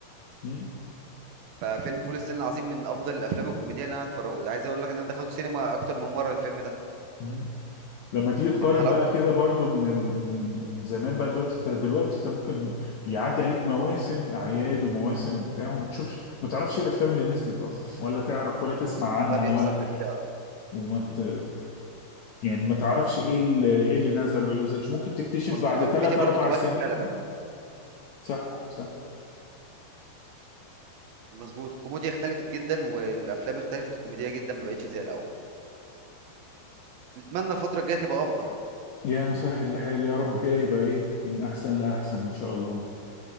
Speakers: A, on the left (about 65°); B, on the right (about 70°).
A: مم.
B: ففيلم فول الصين العظيم من افضل الافلام الكوميديه اللي انا اتفرجت عايز اقول لك ان انا دخلت سينما اكتر من مره الفيلم ده
A: مم. لما تيجي تقارن
B: من حلاوته
A: بقى كده برضو من ال... من من زمان بقى دلوقتي انت دلوقتي انت ممكن يعدي عليك مواسم اعياد ومواسم وبتاع وما تشوفش ما تعرفش ايه الافلام اللي نزلت اصلا ولا تعرف ولا تسمع
B: مظبوط
A: عنها
B: ده بيحصل
A: ولا
B: بالفعل
A: وما ت... يعني ما تعرفش ايه اللي... ايه اللي نزل وايه اللي ما نزلش ممكن تكتشف
B: مظبوط
A: بعد
B: والكوميديا
A: ثلاث
B: برضو
A: اربع
B: دلوقتي
A: سنين
B: اختلفت
A: صح صح
B: مظبوط الكوميديا اختلفت جدا والافلام اختلفت الكوميديا جدا ما بقتش زي الاول نتمنى الفتره الجايه تبقى افضل
A: يا مسهل الحال يا رب كده يبقى ايه من احسن لاحسن ان شاء الله